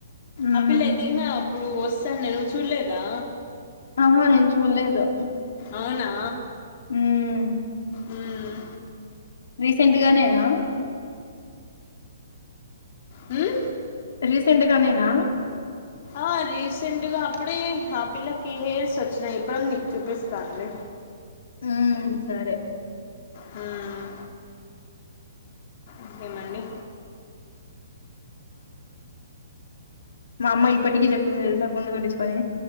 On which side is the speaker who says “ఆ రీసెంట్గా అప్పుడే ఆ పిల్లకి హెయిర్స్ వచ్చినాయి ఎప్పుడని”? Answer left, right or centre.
Left